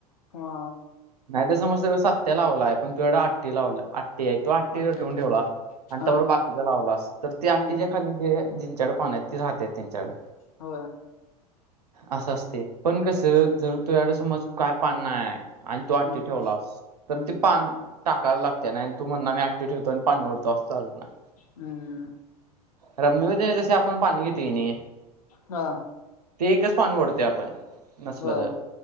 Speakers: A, on the left; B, on the right.
A: हा!
B: नाही तर समज तिकडं सत्या लावला आहे, पण तिकडं आठ्ठी लावला आठ्ठी हे. <unintelligible>
A: अठ्ठ्या
B: ठेवा आणि
A: हा
B: तवर बाकीचा लावला स तर
A: हम्म
B: ती आठी जे. खाली जे दीन चार पान आहेत ती राहत्यात त्यांच्याकडं.
A: होय!
B: असं असतेय पण कसं जर तुझ्याकडे समज काय पान नाय. आणि तू आठी
A: हम्म
B: ठेवलासं तर
A: हम्म
B: ते पानं टाकायला लागते ना आणि तू म्हणला ते ठेवतो आणि पाणी ओडतो असं चालत नाही?
A: हम्म
B: अरे मिळू दे जसे आपण पान घेतो यानी
A: हा
B: ते एकच पान ओढते आपण नसलं
A: हा
B: तर